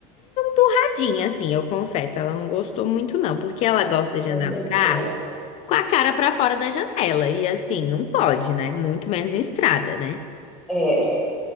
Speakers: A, on the left; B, in the centre.
A: tadinha, assim, eu confesso. Ela não gostou muito, não, porque ela gosta
B: Não
A: de andar
B: curtiam.
A: no carro. com a cara pra fora da janela. E assim, não pode, né? Muito menos em estrada, né?
B: É,